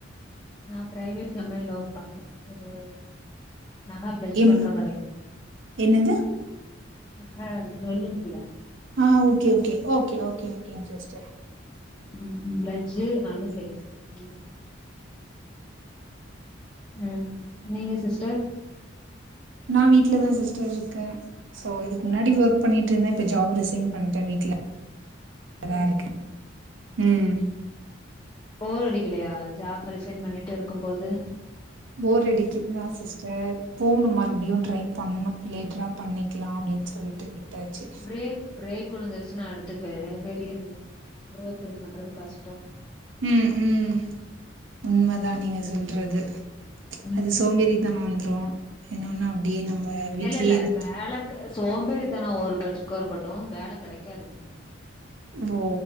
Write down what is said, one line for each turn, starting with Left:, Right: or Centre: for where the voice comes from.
Left: நா பிரைவேட் கம்பெனில ஒர்க் பண்ற இது நக பிளஜ்
Right: எம்
Left: பண்ற கடை
Right: என்னது
Left: நக ஜுவல்லு இருக்குல
Right: ஆ ஓகே ஓகே ஓகே ஓகே ஓகேங்க சிஸ்டர்
Left: ம் பிளட்ஜு அன்டு சேல்ஸு <unintelligible> ம் நீங்க சிஸ்டர்
Right: ம் வீட்ல தா சிஸ்டர் இருக்கே சோ இதுக்கு முன்னாடி ஒர்க் பண்ணிட்டு இருந்த இப்ப ஜாப் ரிசைன் பண்ட வீட்ல
Left: சேரி
Right: தா
Left: செரி
Right: இருக்கே ம்
Left: போர் அடிக்கலயா ஜாப் ரிசைன் பண்ணிட்டு இருக்கும்போது
Right: போர் அடிக்குதுதா சிஸ்டர் போனு மறுபடியு ட்ரை பண்ணு லேட்டரா பண்ணிக்கலா அப்டினு சொல்ட்டு விட்டாச்சு
Left: பிரேக் பிரேக் உழுந்துருச்சுனா அடுத்து கரியர் பெரிய கோ த்ரூ பண்றது கஷ்டோ
Right: ம் ம் உண்மதா நீங்க சொல்றது
Left: ம்
Right: அது சோம்பேறிதனோ வந்ரு இன்னொனு அப்டியே நம்ப வீட்லியேருந்
Left: இல்ல இல்ல வேல சோம்பேறித்தனோ ஒரு பற்றுக்கு இருக்கட்டு வேல கெடைக்காது
Right: ஓ